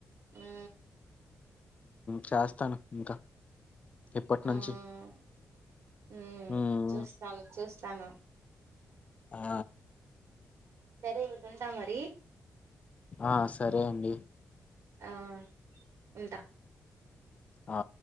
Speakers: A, on the right (about 65°); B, on the left (about 30°).
A: ఆ
B: చేస్తాను పక్కా ఇప్పటి
A: మ్మ్
B: నుంచి
A: మ్మ్
B: హ్మ్మ్
A: చూస్తాను చూస్తాను
B: ఆ
A: సరే ఇంక ఉంటా మరి
B: ఆ సరే అండి
A: ఆ ఉంటా
B: ఆ